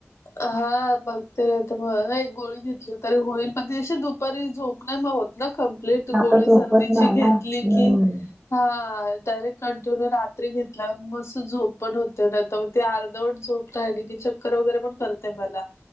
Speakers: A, on the left (about 80°); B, on the right (about 15°).
A: हा बघते र तर मग एक गोळी घेतली तरी होईल पण तशी दुपारी झोप नाही मग होत ना कम. लय ते गोळी
B: आता झोपत
A: सर्दीची
B: नाही
A: घेतली
B: ना.
A: की. हा डायरेक्ट कंटिन्यू रात्री घेतल्यावर मस्स झोप. पण होते ना तर मग ते अर्धवण झोप राहिली की चक्कर वगैरे पण करतेय मला.